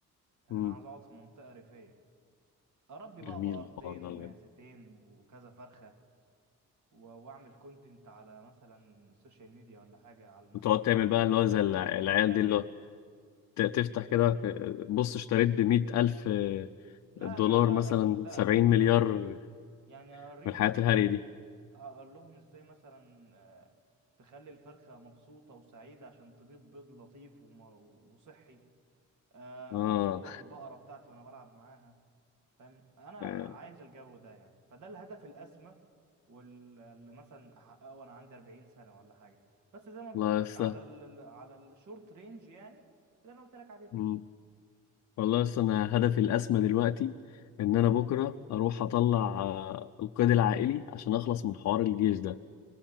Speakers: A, on the right (about 70°); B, on the left (about 65°).
A: يعني
B: مم.
A: انا عاوز اقعد في منطقه ريفيه اربي بقى
B: جميل
A: بقرتين
B: الحوار ده
A: ومعزتين
B: بجد
A: وكذا فرخه و- واعمل كونتنت على مثلا السوشيال ميديا ولا حاجه عن
B: وتقعد
A: عن
B: تعمل بقى اللي هو
A: ازاي
B: زي
A: تربي
B: الع- العيال
A: فراخ
B: دي اللي هو ت- تفتح كده بص اشتريت بمية ألف
A: لا
B: دولار
A: لا لا
B: مثلا
A: لا لا
B: سبعين
A: لا مش
B: مليار
A: قصدي كده
B: من
A: يعني اوريهم
B: الحياة
A: مثلا
B: الهري دي
A: اقول لهم ازاي مثلا آه، تخلي الفرخة مبسوطة وسعيدة عشان تبيض بيض لطيف وم- وصحي آه،
B: اه
A: اصور البقره بتاعتي وانا بلعب معاها فاهم انا
B: آه.
A: عايز الجو ده يعني فده الهدف الاسمى واللي مثلا احققه وانا عندي 40 سنه ولا حاجه بس زي ما بقول
B: الله
A: لك
B: يسه
A: على ال على الشورت رينج يعني اللي انا قلت لك عليه ده
B: مم. والله يسه أنا هدفي الأسمى دلوقتي إن أنا بكرة أروح أطلع آه، القيد العائلي عشان أخلص من حوار الجيش ده